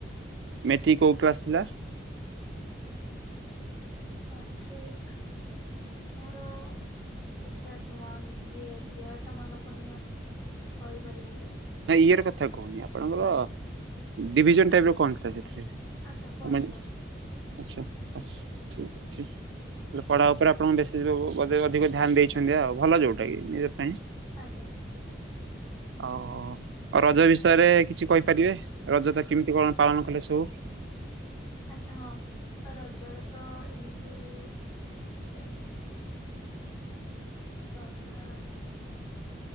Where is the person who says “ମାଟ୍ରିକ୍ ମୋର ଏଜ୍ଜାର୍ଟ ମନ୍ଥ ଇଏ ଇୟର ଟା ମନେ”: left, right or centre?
Left